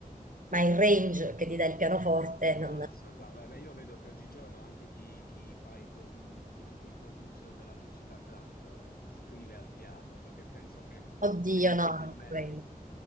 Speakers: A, on the right; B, on the left.
A: ma il range che ti dà il pianoforte,
B: è basso,
A: non...
B: è basso. Beh, beh, io vedo che oggigiorno anche chi, chi fa i, pro- i- chi- anche i producer della musica trap, eh, scrive al piano, perché penso che
A: Oddio,
B: inevitabilmente...
A: no, non credo.